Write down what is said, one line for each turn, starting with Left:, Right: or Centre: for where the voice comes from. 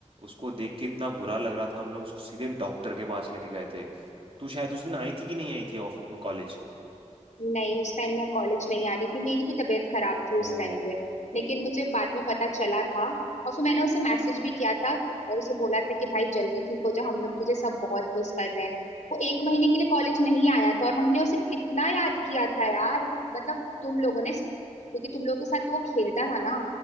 Right: उसको देख के इतना बुरा लग रहा था हम लोग उसको सीधे डॉक्टर के पास लेके गए थे तू शायद उस दिन आई थी कि नहीं आई थी ऑफ कॉलेज
Left: नहीं उस टाइम मैं कॉलेज नहीं आ रही थी मेरी भी तबीयत खराब थी
Right: ओ
Left: उस टाइम पे लेकिन मुझे बाद में पता चला था और फिर मैंने उसे मैसेज भी किया था और उसे बोला था कि भाई जल्दी ठीक हो जा हम लोग तुझे सब बहुत मिस कर रहे हैं वो एक महीने के लिए कॉलेज नहीं आया था और हमने उसे कितना याद किया था यार मतलब तुम लोगों ने क्योंकि तुम लोगों के साथ तो वो खेलता था ना